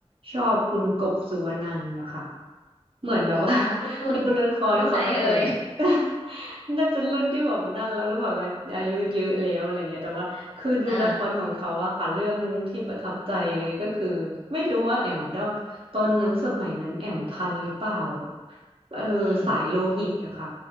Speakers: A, on the right; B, on the left.
A: ชอบคุณกบสุวรรณันท์นะคะเหมือนแบบว่า
B: อ๋อรุ่นรุ่น
A: <laughs> ดูละครเขาตั้งแต่
B: รุ่นไหนเอ่ย
A: <laughs> น่าจะรุ่นที่แบบดันแล้วหรือเปล่าคะอายุเยอะแล้วอะไรเงี้ยแต่ว่าคือดูละครของเขาอะค่ะเรื่องที่ประทับใจเลยก็คือไม่รู้ว่าแอมดับตอนนั้นสมัยนั้นแอมทันหรือเปล่า
B: เออ
A: เออสายโลหิตอะค่ะ
B: อืม